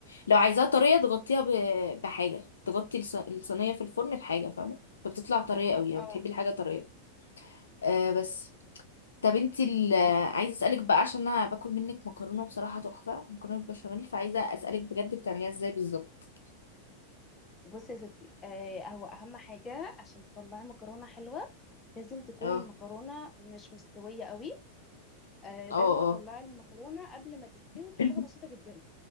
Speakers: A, on the left; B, on the left.
A: لو عايزاها طريه تغطيها ب... بحاجه تغطي الص... الصينيه في الفرن بحاجه فاهمه فبتطلع طريه قوي لو
B: اه
A: بتحبي الحاجه طريه آه بس طب انتي ال...
B: ب-
A: عايزه اسالك بقى عشان انا باكل منك مكرونه بصراحه تحفه مكرونه بالبشاميل فعايزه اسالك بجد بتعمليها ازاي بالظبط
B: بصي يا ستي آه هو اهم حاجه عشان تطلعي مكرونه حلوه لازم تكون
A: اه
B: المكرونه مش مستويه قوي آه
A: اه
B: دايما
A: اه
B: طلعي المكرونه قبل ما تستوي
A: <coughs>
B: بحاجه بسيطه جدا